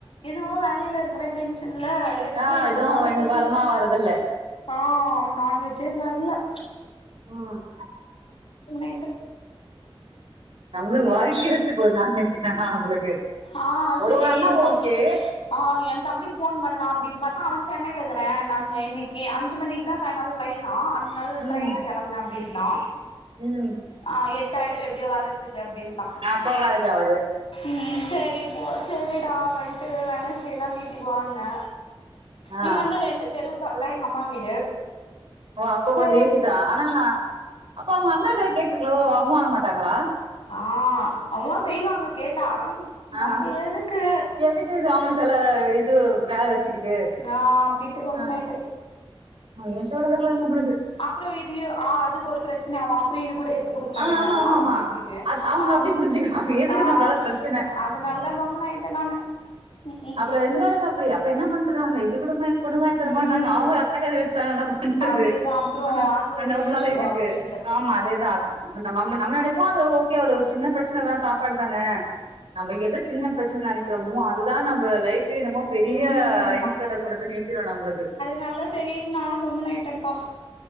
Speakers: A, on the left (about 65°); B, on the right (about 70°).
A: என்னமோ வேலையில இருக்கற டென்ஷ ன்ல எதுமே
B: ஆ எதுவு
A: சொன்னாலு
B: ரெண்டு
A: செய்ல
B: வாரமா வரதில்ல
A: ஆ நான்வெஜ்ஜே வர்ல
B: ம்
A: ஆயிட்டே
B: நம்மளுக்கு வாழ்க்கையே வெறுத்து போது நான்வெஜ்ன நம்மளுக்கு
A: ஆ
B: ஒரு
A: செரி
B: வாரம்னா
A: என் தம்பிக்கு
B: ஓகே
A: ஆ என் தம்பிக்கு ஃபோன் பண் ணல அப்பிடின் பாத்தா அவன் சென்னைல இருக்குறே நான்னு இன்னக்கி அஞ்சு மணிக்கு தா சாயங்கால ட்ரெயினா நள்
B: ம்
A: ட்ரெயின்ல கெளம்பன அப்டின்ட்டா
B: ம்
A: ஆ எட்டாயிடு எப்டியு வர்றத்துக்கு அப்டின்ட்டா
B: அப்போ வேலைக்கு ஆவாது
A: ம் செரி போ செரிடா வந்துட்டு வெனஸ்டேனா வீட்டுக்கு வான்னே
B: ஆ
A: இங்க வந்து ரெண்டு தெரு தள்ளா எங்க அம்மா வீடு
B: ஓ அப்போ
A: சே
B: கொஞ்ச ஈசி தா ம் ஆனா அப்ப அவுங்க அம்மாட்ட கேட்ருக்கலோ அவுங்க வாங்கமாட்டாகளா
A: ஆ அம்மா செய்வாங்க கேட்டா
B: ஆ
A: நம்ப எதுக்கு
B: எதுக்கு இது அவங்களுக்கு செல இது வேல வச்சுக்கிட்டு
A: நா அப்டின்ட்டு கம்முனு
B: அ
A: ஆயிட்டே
B: ஒண்ணு சொல்றதுகில்ல நம்பளுக்கு
A: அப்புற இதயு ஆ அதுக்கு ஒரு பிரச் சனை ஆகு அப்றோ இது கூட எடுத்துக்குடுக்க மாட்டேங்கிறாங்களா
B: ஆ ஆமா ஆமா
A: அப்பிடி
B: ஆமா
A: இப்பிடின்னு
B: அது அவங்க
A: அ
B: அப்டி புரிஞ்சுக்குவாங்க எதுக்கு
A: ஆ
B: நம்மளால பிரச்சன
A: அதனால தா கம்முன்னு ஆயிட்டே நானு ம் ம்
B: அப்பற ரெண்டு பேரு சாப்புட்லயா அப்ப என்ன பண்றாங்க இது கூட மா பொண்ணு வாங்கித் தர மாட்டாங்க
A: ம்
B: அவுங்க அத்தகாரிய வச்சுட்டாங்கன்னா பண்றது
A: அதேதா அப்றோ
B: அங்க
A: அது ஒரு
B: நம்மளால
A: இஷ்யூ
B: எதுக்கு
A: ஆகு வீட்ல
B: ஆமா அதே தா நம்ம நம்ம நம்ம நெனைப்போ அது ஓகே அது ஒரு சின்ன பிரச்சன தா சாப்பாடுதானே நம்ம எது சின்ன பிரச்சனன்னு நெனைக்கிறோமோ அதுதா நம்ப லைஃபே என்னமோ பெரிய
A: ம்
B: இன்ஸ்ட்ண்ட்ட கொண்டுபோய் நிறுத்திரு நம்பளுக்கு
A: நால செரி நானு கம்முன்னு ஆயிட்டேன்ப்பா